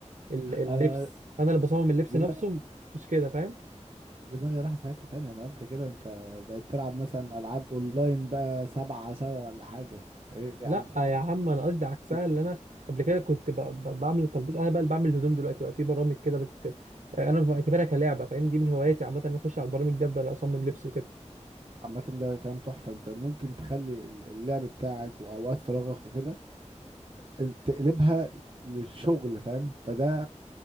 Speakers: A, on the right; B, on the right.
A: ال- اللبس
B: انا
A: انا اللي بصمم اللبس
B: دماغي
A: نفسه مش كده فاهم
B: دماغي راحت في حتة تانية انا قلت كده انت بقيت تلعب مثلا العاب اونلاين بقى سبعة سبعة ولا حاجة ايه
A: لا
B: يا عم
A: يا عم انا قصدي عكسها
B: بس
A: اللي انا قبل كده كنت ب... ب... بعمل التلبيس انا بقى اللي بعمل الهدوم دلوقتي بقى في برامج كده بت... انا بعتبرها كلعبه فاهم دي من هواياتي عامه انا اخش على البرامج دي افضل اصمم لبس وكده
B: عامة ده كلام تحفة انت ممكن تخلي ال- اللعب بتاعك واوقات فراغك وكده انت تقلبها للشغل فاهم فده